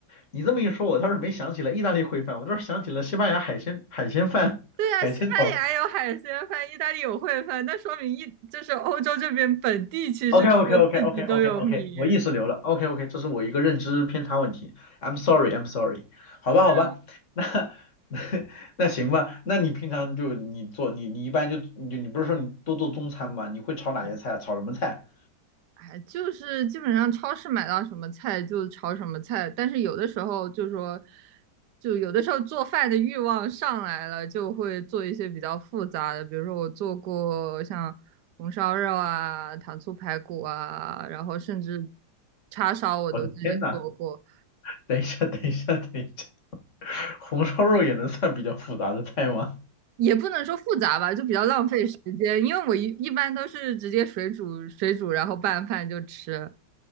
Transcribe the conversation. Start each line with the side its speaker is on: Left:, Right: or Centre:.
Left: 你这么一说，我倒是没想起来意大利烩饭，我倒是想起了西班牙海鲜海鲜饭、
Right: 对呀，
Left: 海鲜哦。
Right: 西班牙有海鲜饭，意大利有烩饭，那说明意就是欧洲这边本地其实他们自己都有米。
Left: OK OK OK OK OK OK，我意识流了。OK OK，这是我一个认知偏差问题。I'm sorry I'm sorry。好吧好吧，
Right: 对啊，
Left: 那 <laughs> 那行吧，那你平常就你做你你一般就你就你不是说你多做中餐吗？你会炒哪些菜啊炒什么菜？
Right: 是哎，就是基本上超市买到什么菜就炒什么菜，但是有的时候就说，就有的时候做饭的欲望上来了，就会做一些比较复杂的，比如说我做过像红烧肉啊、糖醋排骨啊，然后甚至叉烧我都自己做过，
Left: 我的天呐，等一下等一下等一下，红烧肉也能算比较复杂的菜吗？
Right: 也不能说复杂吧，就比较浪费时间，因为我一一般都是直接水煮水煮，然后拌饭就吃，